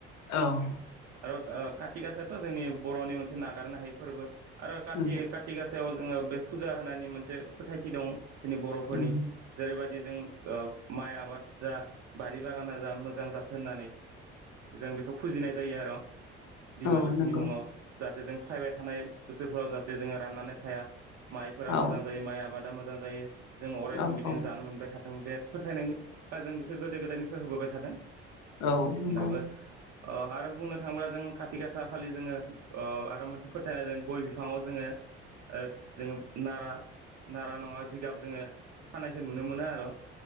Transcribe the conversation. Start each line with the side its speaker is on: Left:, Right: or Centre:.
Left: औ
Right: आरो ओ काति गासायाथ' जोंनि बर'नि मोनसे नागारनो हायै फोरबो। आरो काति
Left: नंगौ
Right: काति गाासायाव। जोङो बे फुजा होनायनि मोनसे फोथायथि दं। जोंनि बर'फोरनि
Left: नंगौ
Right: जेरैबाय बेजों ओब माइ आबाद जा बारि बागाना जा मोजां जाथों होननानै जों बेखौ फुजिनाय जायो आर'। बिमा
Left: औ
Right: लोखिनि
Left: नंगौ
Right: मुङाव जाहाथे जों फायबाय थानाय बोसोरफोराव जाहाथे जोङो राननानै थाया। माइफोरा
Left: औ
Right: मोजां जायो माइ आबाद। दा मोजां जायो। जों अराय
Left: औ
Right: सम बिदिनो
Left: औ
Right: जानो मोनबाय था दों बे फोथायनायनि थाखाय जों बेखौ गोदो गोदायनिफ्राय होबोबाय थादों।
Left: औ नंगौ।
Right: दाबो ओ आरो बुंनो थाङोब्ला जों काति गासा खालि जोङो ओ आरो मोनसे फोथायनाय जों गय बिफाङाव जोङो ओ जोङो नारा नारा नङा जिगाब जोङो खानायखौ नुनो मोनो आर'।